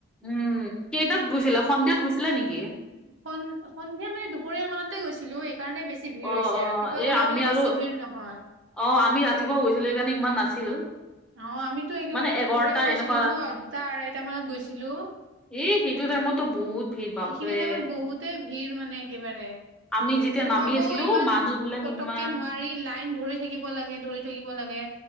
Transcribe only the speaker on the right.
সন-সন্ধিয়া মানে দুপৰীয়া মানতে গৈছিলো এই কাৰণে বেছি ভিৰ
হৈছে,
ৰাতিপুৱা
গ'লে
বোলে
বেছি ভিৰ নহয়।
অ, আমিতো একেবাৰে
দুপৰীয়া
গৈছিলো
ন। দুটা, আঢ়ৈটা মানত গৈছিলো।
সেইখিনি টাইমত বহুতে ভিৰ মানে একেবাৰে
সোমাবও
ইমান
পতককে
নোৱাৰি। লাইন ধৰি থাকিব লাগে, ধৰি থাকিব লাগে। লাগে।